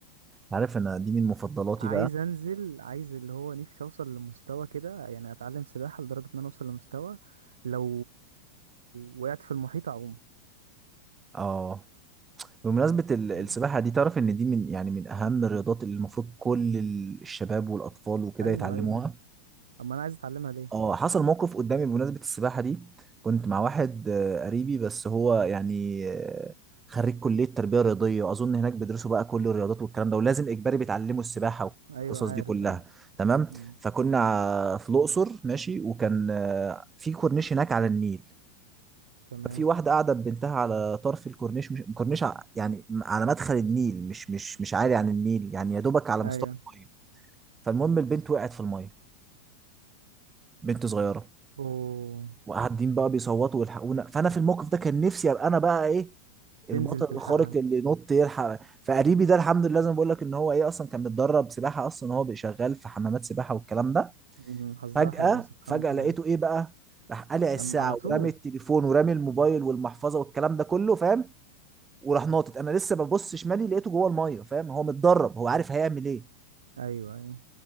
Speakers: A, on the right; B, on the right.
A: عارف انا دي من مفضلاتي
B: عايز
A: بقى
B: انزل عايز اللي هو نفسي اوصل لمستوى كده يعني اتعلم سباحه لدرجه ان انا اوصل لمستوى لو وقعت في المحيط اعوم
A: اه بمناسبة ال-
B: فاهم
A: السباحة دي تعرف ان دي من يعني من اهم الرياضات اللي المفروض كل ال- الشباب والاطفال وكده
B: ايوه
A: يتعلموها
B: ايوه اما انا عايز اتعلمها ليه
A: اه حصل موقف قدامي بمناسبة السباحة دي كنت مع واحد آه، قريبي بس هو يعني آه، خريج كلية تربية رياضية وأظن هناك بيدرسوا بقى كل الرياضات والكلام ده ولازم إجباري بيتعلموا السباحة
B: ايوه
A: والقصص
B: عارف
A: دي كلها
B: عارف
A: تمام
B: مم.
A: فكنا ع- في الأقصر ماشي وكان آه، في كورنيش هناك على النيل
B: تمام
A: ففي واحدة قاعدة ببنتها على طرف الكورنيش مش كورنيش ع- يعني على مدخل النيل مش مش مش عالي عن النيل يعني يا دوبك على
B: ايوه
A: مستوى المية فالمهم البنت وقعت في المية بنت صغيرة
B: اوه
A: وقاعدين بقى بيصوتوا ويلحقونا فانا في الموقف ده كان نفسي ابقى انا بقى ايه البطل
B: تنزل تلحقها
A: الخارق اللي نط يلحق فقريبي ده الحمد لله زي ما بقول لك ان هو ايه اصلا كان متدرب سباحه اصلا هو بقى شغال في حمامات سباحه والكلام ده
B: مم، حظها
A: فجاه
B: حلو سبحان
A: فجاه
B: الله
A: لقيته ايه بقى راح قلع
B: لما-
A: الساعه
B: على طول
A: ورامي التليفون ورامي الموبايل والمحفظه والكلام ده كله فاهم وراح ناطط انا لسه ببص شمالي لقيته جوه الميه فاهم هو متدرب هو عارف هيعمل ايه
B: ايوه ايوه